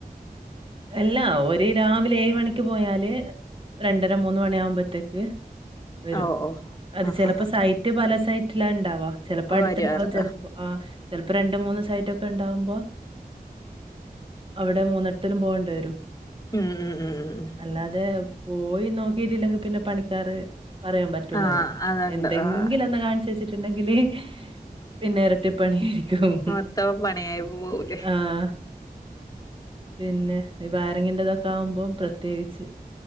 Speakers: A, on the right; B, on the left.
A: അല്ല ഒരു രാവിലെ ഏഴ് മണിക്ക് പോയാല് രണ്ടര മൂന്ന് മണിയ ആകുമ്പോത്തേക്ക് വരും
B: ഓ ഓ
A: അത്
B: ആഹ്
A: ചിലപ്പോ
B: ആഹ്
A: സഹ യ്റ്റ് പല സൈറ്റിലാ ഉണ്ടാവാ ചിലപ്പോ
B: ആഹ്
A: അടുത്തുണ്ടാവും
B: വരാറ്
A: ചിലപ്പോ ആഹ് ചിലപ്പോ രണ്ട് മൂന്ന് സൈറ്റ് ഒക്കെ ഉണ്ടാവുമ്പോ അവിടെ മൂന്ന് ത്തില പോകേണ്ട വരും
B: ഉം ഉം ഉം ഉം
A: അല്ലാതെ പോയി നോക്കിട്ടില്ലെങ്കി പിന്നെ പണിക്കാറ് പറയാൻ പറ്റൂലല്ലോ
B: ആഹ് അതുണ്ട്
A: എന്തെങ്കിലുംന്ന്
B: ആഹ്
A: കാണി വെച്ചിട്ടുണ്ടെങ്കില് പിന്നെ ഇരട്ടിപ്പണി ആയിരിക്കും
B: മൊത്തം പണിയായി പോവൂലേ
A: ആഹ് പിന്നെ ഈ വയരങ്ങിറതൊക്കെ ആകുമ്പോം പ്രത്യേകിച്ച്